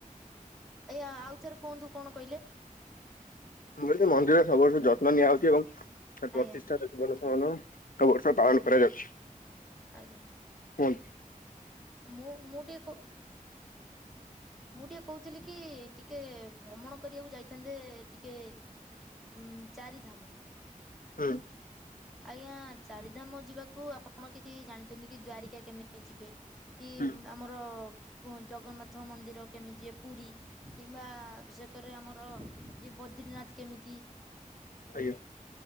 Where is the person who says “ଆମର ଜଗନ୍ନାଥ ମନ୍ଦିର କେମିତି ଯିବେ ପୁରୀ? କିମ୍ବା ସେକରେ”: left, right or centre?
Centre